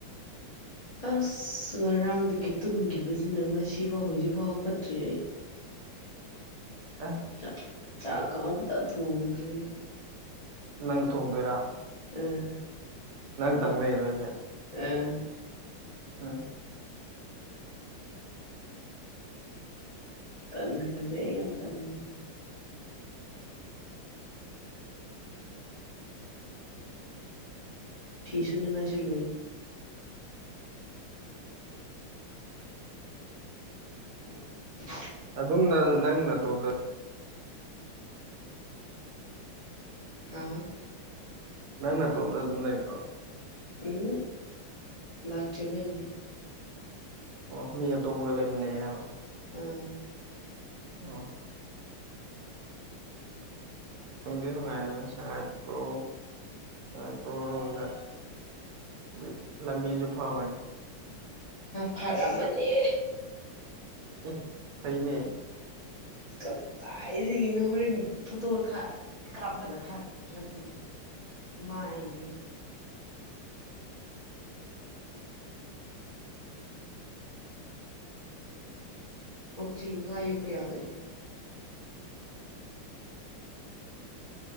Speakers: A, on the left; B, on the right.
A: ꯑꯁ ꯉꯔꯥꯡꯗꯒꯤ ꯇꯨꯝꯈꯤꯕꯁꯤꯅ ꯉꯁꯤꯐꯥꯎ ꯍꯧꯖꯤꯛꯐꯥꯎ ꯀꯠꯇ꯭ꯔꯤ ꯑꯩ
B: ꯑꯁ
A: ꯆ ꯆꯥꯛ ꯀ ꯑꯝꯇ ꯊꯣꯡꯗ꯭ꯔꯤ
B: ꯅꯪ ꯊꯣꯡꯗꯣꯏꯔꯥ
A: ꯎꯝ
B: ꯅꯪꯇꯪ ꯂꯩꯔꯣꯁꯦ
A: ꯑ
B: ꯑ
A: ꯇꯟꯈ꯭ꯔꯗꯦ ꯌꯥꯝ ꯇꯟꯈ꯭ꯔꯗꯦ ꯐꯤꯁꯨ ꯅꯨꯡꯉꯥꯏꯁꯨ ꯂꯩ <unintelligible>
B: ꯑꯗꯨꯝꯅ ꯅꯪ ꯅꯇꯣꯝꯗ
A: ꯍꯥꯥ
B: ꯅꯪ ꯅꯥꯇꯣꯝꯗ ꯑꯗꯨꯝ ꯂꯩꯕ꯭ꯔꯣ
A: ꯎ ꯂꯥꯛꯇꯔꯕꯒꯤꯅꯦ
B: ꯑꯣ ꯃꯤ ꯑꯇꯣꯞꯄꯒ ꯂꯩꯃꯤꯟꯅꯩꯔꯥꯕ
A: ꯎꯝ
B: ꯑꯣ ꯇꯨꯡꯗꯤ ꯅꯨꯡꯉꯥꯏꯔꯦ ꯁꯉꯥꯏꯄ꯭ꯔꯣ ꯁꯉꯥꯏꯄ꯭ꯔꯧ ꯔꯣꯝꯗ ꯑꯗꯤ ꯂꯝꯕꯤꯁꯨ ꯐꯕꯅꯤ
A: ꯐꯔꯝꯃꯅꯤ
B: ꯎꯝ ꯐꯩꯅꯦ
A: ꯀꯗꯥꯏꯗꯥꯒꯤꯅꯣ ꯍꯣꯔꯦꯟ ꯐꯣꯇꯣ ꯊꯥ ꯀꯥꯞꯂꯒ ꯊꯥꯔꯛꯀꯦ ꯂꯝꯕꯤꯗ ꯃꯥꯏꯗꯨꯅ ꯄꯣꯈꯔꯤ ꯉꯥ ꯌꫭꯛꯄꯌꯥꯒꯅꯤ